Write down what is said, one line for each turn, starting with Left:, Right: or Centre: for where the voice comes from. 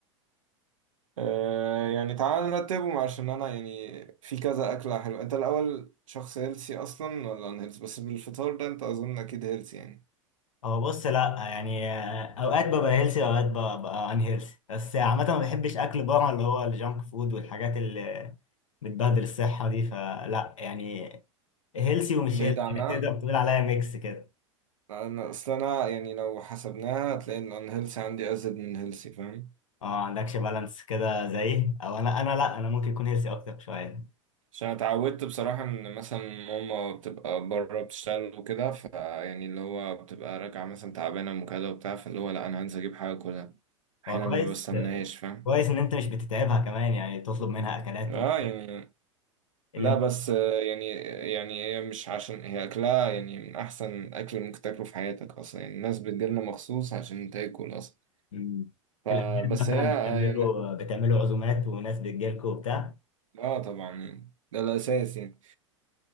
Right: آه يعني تعال نرتبهم عشان انا يعني في كذا اكله حلوه انت الاول شخص هيلسي اصلا ولا ان هيلسي بس بالفطار ده انت اظن اكيد هيلسي يعني
Left: هو بص لا يعني آه، اوقات ببقى هيلسي اوقات ببقى ان هيلسي بس عامه ما بحبش اكل بره اللي هو الجانك فود والحاجات اللي بتبهدل الصحه دي فلا يعني هيلسي ومش
Right: بعيد
Left: هيلسي
Right: عنها
Left: يعني تقدر تقول عليا ميكس كده
Right: انا اصل انا يعني لو حسبناها هتلاقي ان ان هيلسي عندي ازيد من هيلسي فاهم
Left: اه عندكش بالانس كده زيي او انا انا لا انا ممكن يكون هيلسي اكتر شويه
Right: عشان أنا اتعودت بصراحه ان مثلا ماما بتبقى بره بتشتغل وكده فيعني اللي هو بتبقى راجعه مثلا تعبانه وكده وبتاع فاللي هو لا انا هنزل اجيب حاجه كلها احيانا
Left: هو كويس
Right: ما بستناهاش فاهم
Left: كويس ان انت مش بتتعبها كمان يعني تطلب منها اكلات
Right: اه
Left: و-
Right: يعني
Left: اللي
Right: لا بس آه، يعني يعني هي مش عشان هي أكلها يعني من أحسن أكل ممكن تاكله في حياتك أصلا يعني الناس بتجيلنا مخصوص عشان تاكل أصلا
Left: م-
Right: فبس
Left: في الاعياد مثلا
Right: هي آه،
Left: بتعملوا
Right: يعني
Left: بتعملوا عزومات وناس بتجيلكوا وبتاع
Right: آه طبعا يعني ده الأساس يعني